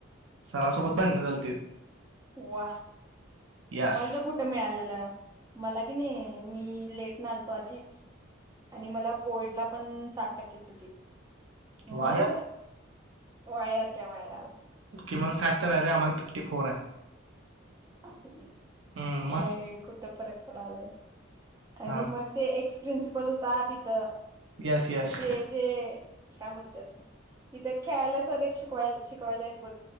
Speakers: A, on the right (about 70°); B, on the right (about 20°).
A: सरासोबत बांडण चालते
B: हो वा
A: यस
B: मला तर कुठं मिळालेलं मला कि नाही मी लेट नालतो आधीच आणि मला बोर्ड ला पण साठ टक्केच होती
A: वाया
B: मग वयार क वयाल
A: किमान साठ तर आहे रे आम्हाला फिफ्टी फोर आहे
B: अस ते
A: हम्म,
B: काय
A: मग
B: गुठपर कडाले आणि
A: हा
B: मग ते एक्स प्रिन्सिपल होत ति तर
A: यस यस
B: जे जे काय म्होलतात तिथं खेळायला सर शिकवायला शिकवायला आहेत बघ